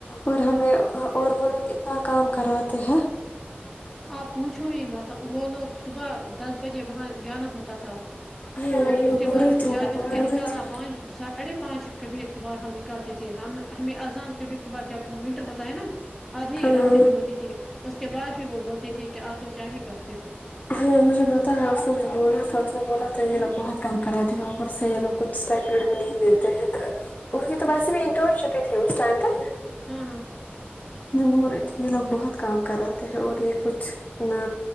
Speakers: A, on the left; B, in the centre.
A: اور ہمیں اور وہ لوگ اتنا کام کراتے ہیں
B: آپ پوچھو ہی میں وہ لوگ صبح دس بجے وہاں جانا ہوتا تھا
A: نہیں
B: تو
A: وہ
B: اور
A: لوگ
B: اس کے
A: بول
B: بعد
A: رہی تھی وہ
B: چار بج
A: بول
B: کے نکالنا
A: رہی تھی
B: پانچ سات ساڑھے پانچ کبھی ایک کبھار ہم نکالتے تھے ہم ہمیں اذان کبھی کبھار جب ونٹر ہوتا ہے نا آدھی
A: ہاں
B: راستے میں ہوتی تھی اس کے بعد بھی وہ بولتے تھے کہ آپ لوگ کیا ہی کرتے ہو
A: ہاں مجھے بتا ہے اس نے مجھے بولا تھا اس نے بولا تھا یے لو بہت کم کر رہے تھے اوپر سے یے لوگ کچھ <unintelligible> اس کی تو پسی بھی انٹرن شپ ہی تھی اس ٹائم پے
B: ہاں ہاں
A: وہ بول رہی تھی یے لوگ بہت کام کراتے ہیں اور یے کچھ نہ